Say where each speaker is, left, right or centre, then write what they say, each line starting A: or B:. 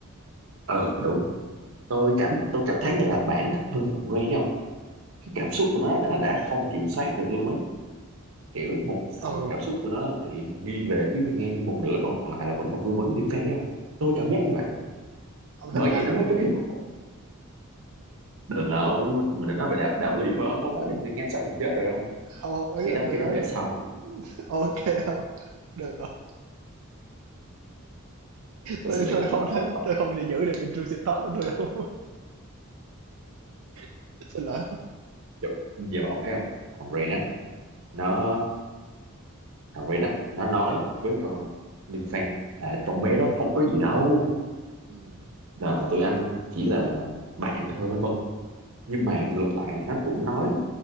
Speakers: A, on the right (about 65°); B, on the right (about 80°).
A: ờ đúng tôi cảm tôi cảm thấy như là bản thân thằng Ren ấy không cái cảm xúc của nó là nó đã không kiểm soát được luôn ấy kiểu một
B: Ừ,
A: phần cảm xúc của nó là bị nghiêng về phía mình ngang nhưng một nửa còn lại là vẫn còn vương vấn liêm phen đấy không tôi cảm giác như vậy á.
B: ông
A: bởi
B: thích ai
A: vậy nó
B: hơn
A: mới
B: không?
A: tới cái vòng đừng không mình đã nói về đạo đạo lý mà ông ông nói thì nghe sách là chết rồi không
B: Hông, hông, ý
A: cái
B: là
A: đó
B: tôi
A: cái
B: nói
A: đó để sau
B: <laughs> ok không? Được hông?
A: mình
B: tôi
A: xin
B: tui
A: lại là
B: không
A: ông,
B: thế
A: ông,
B: tôi không thể giữ được intrusive thought của tôi không <laughs> Xin lỗi không
A: giờ, giờ mà ông thấy không thằng Ren á nó thằng Ren á nó nói với con liêm phen là con bé đó không có gì đâu
B: Ừm,
A: là tụi ăn chỉ là bạn thôi vân vân nhưng mà ngược lại nó cũng nói